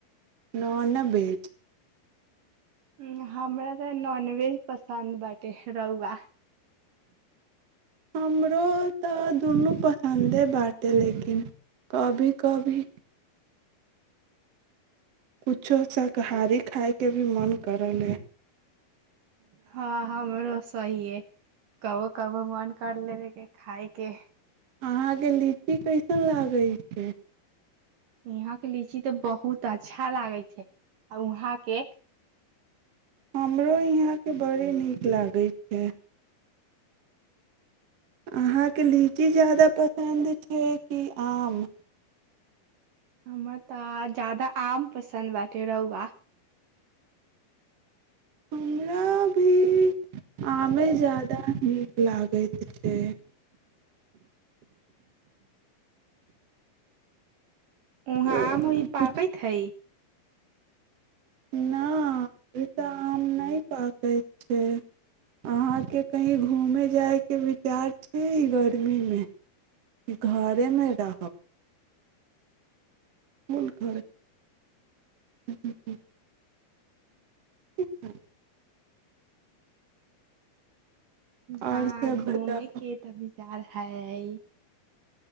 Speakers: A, on the right; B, on the right.
A: नॉनवेज
B: ह हमरा तऽ नॉनवेज पसन्द बे रहौआा
A: हमरो तऽ दुनू पसन्दे बात अइ लेकिन कभी कभी किछो शाकाहारी खायके भी मन करल अइ
B: हँ ह हमरो सही है कहोो कबो मन कर लेबे के खाायके
A: अहाँके लीची कैसन लागै छै
B: यहााँ के लीची तऽ बहुत अच्छा लागे छै आ वहाँ के
A: हमरो यहाँके बड़ी नीक लागै छै अहाँके लीची ज्यादा पसन्द छै कि आम
B: हमरा तऽ ज्यादा आम पसन्द बटे रहुआ
A: हमरा भी आमे ज्यादा नीक लागैत छै
B: वहाँ
A: किछु
B: आम भी पाकैत हइ
A: नहि तऽ आम नहि पाकै छै अहाँके कहीँ घूमय जायके विचार छियै ई गर्मीमे कि घरेमे रहब फूल घर ह ह ठ
B: हँ
A: आओर सब
B: घूमे
A: बताउ
B: के तऽ विचार है